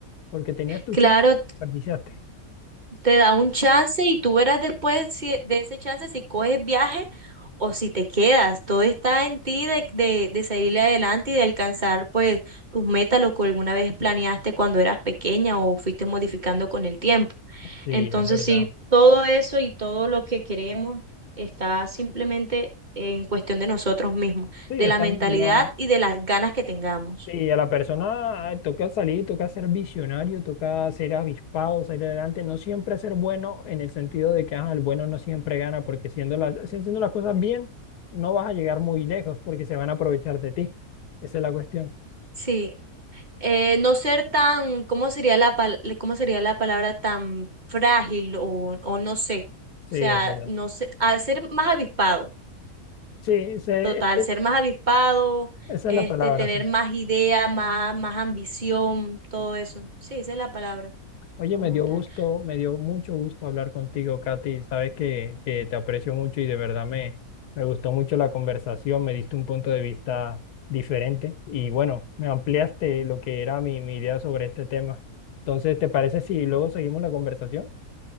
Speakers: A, on the left; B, on the right.
A: porque tenías tu
B: claro,
A: chance, la desperdiciaste.
B: te da un chance y tú verás después si- de ese chance si coges viaje o si te quedas. Todo está en ti de, de, de salir adelante y de alcanzar pues tus metas, lo que alguna vez planeaste cuando eras pequeña o fuiste modificando con el tiempo.
A: Sí,
B: Entonces,
A: es verdad.
B: sí, todo eso y todo lo que queremos está simplemente en cuestión de nosotros mismos,
A: Sí,
B: de
A: está
B: la mentalidad
A: muy mal.
B: y de las ganas que tengamos.
A: Sí, a la persona ay, toca salir, toca ser visionario, toca ser avispado, salir adelante, no siempre ser bueno en el sentido de que ajá, el bueno no siempre gana, porque siendo las, si- haciendo las cosas bien, no vas a llegar muy lejos porque se van a aprovechar de ti. Esa es la cuestión.
B: Sí, eh, no ser tan, ¿cómo sería la pal- cómo sería la palabra tan frágil o, o no sé?
A: Sí,
B: O sea,
A: es verdad.
B: no sé, a ser más avispado,
A: Sí, se-
B: total, ser más avispado,
A: esa
B: este,
A: es la palabra,
B: tener
A: sí.
B: más idea, más, más ambición, todo eso. Sí, esa es la palabra
A: Oye,
B: como
A: me dio
B: tal.
A: gusto, me dio mucho gusto hablar contigo, Katy. Sabes que, que te aprecio mucho y de verdad me, me gustó mucho la conversación, me diste un punto de vista diferente y bueno, me ampliaste lo que era mi, mi idea sobre este tema. Entonces, ¿te parece si luego seguimos la conversación?